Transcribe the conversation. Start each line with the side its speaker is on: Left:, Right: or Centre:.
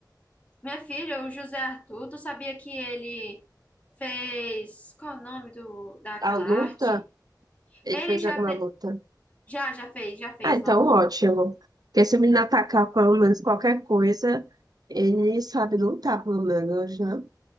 Left: Minha filha, o José Arthur, tu sabia que ele fez. Qual é o nome do, daquela
Right: a luta.
Left: arte?
Right: Ele
Left: Ele
Right: fez
Left: já,
Right: alguma
Left: te-
Right: luta.
Left: já, já fez, já fez
Right: Ah, então
Left: uma luta.
Right: ótimo. Porque se o menino atacar pelo menos qualquer coisa, ele sabe lutar, pelo menos, né?